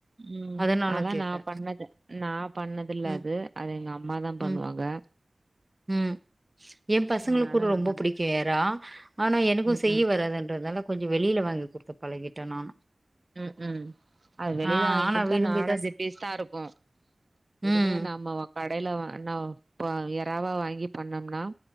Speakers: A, on the right; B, on the right.
A: ம்
B: அதனால
A: அதா
B: கேட்டே
A: நா பண்ணது நா பண்ணதில்ல
B: ம்
A: அது அது எங்க அம்மாதா
B: ம்
A: பண்ணுவாங் க
B: ம் எ பசங்களுக்
A: அதனால
B: கூட
A: நாங்க
B: ரொம்போ புடிக்கு எறா ஆனா எனக்கு
A: ம்
B: செய்ய
A: ம்
B: வராதுன்றத்னால கொஞ்ச வெளில வாங்கி குடுத்து பழகிட்டே நானு
A: ம் ம் அது வெளில
B: ஆ
A: வாய்ங்
B: ஆனா
A: குடுத்தா
B: விரும்பிதா
A: நாலஞ்சி
B: சா
A: பீஸ் தா இருக்கு இதுவே
B: ம்
A: நாம ஒ கடையில வ னா பா எறாவா வாங்கி பண்ணம்னா